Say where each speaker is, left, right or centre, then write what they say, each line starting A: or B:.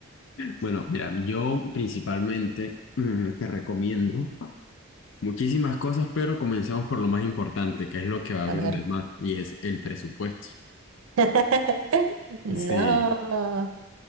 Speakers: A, on the left; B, on the right.
A: Bueno, mira, yo principalmente mm, te recomiendo muchísimas cosas, pero comencemos por lo más importante, que es lo que va a abrir
B: A ver.
A: lo demás, y es el presupuesto.
B: <laughs> No,
A: Sí,